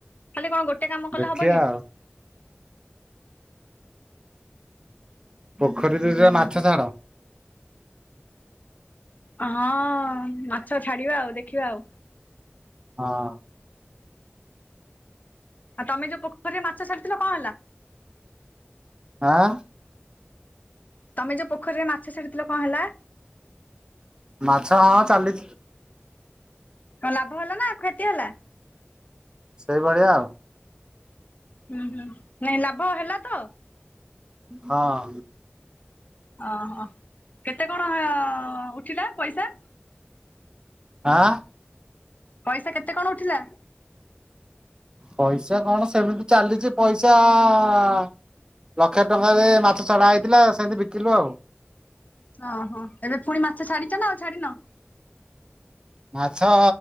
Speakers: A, on the left; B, on the right.
A: ଖାଲି କଣ ଗୋଟେ କାମ କଲେ
B: ଦେଖିବା
A: ହବ କି।
B: ଆଉ। ପୋଖରୀ ରୁ ମାଛ ଛାଡ।
A: ହଁ ମାଛ ଛାଡିବା ଆଉ ଦେଖିବା ଆଉ
B: ହଁ।
A: ଆଉ ତମେ ଯୋଉ ପୋଖୀରେ ମାଛ ଛାଡିଥିଲ କ ହେଲା?
B: ଆଁ।
A: ତମେ ଯୋଉ ପୋଖରୀରେ ମାଛ ଛାଡିଥିଲ କ ହେଲା?
B: ମାଛ ହଁ ଚାଲିଛି।
A: କ ଲାଭ ହେଲା ନାଉ କ୍ଷତି ହେଲା?
B: ସେଇଭଳିଆ ଆଉ
A: ହୁଁ ହୁଁ ନାଇଁ ଲାଭ ହେଲା ତ?
B: ହଁ।
A: ଓହୋ କେତେ କଣ ଉଠିଲା ପଇସା?
B: ଆଁ।
A: ପଇସା କେତେ କଣ ଉଠିଲା?
B: ପଇସା କଣ ସେମିତି ଚାଲିଛି ପଇସା ଆ ଲକ୍ଷେ ଟଙ୍କାରେ ମାଛ ଛାଡା ହେଇଥିଲା ସେମିତି ବିକିଲୁ ଆଉ।
A: ଅହଁ ଏବେ ପୁଣି ମାଛ ଛାଡିଛ ନା ଆଉ ଛାଡିିନ?
B: ମାଛ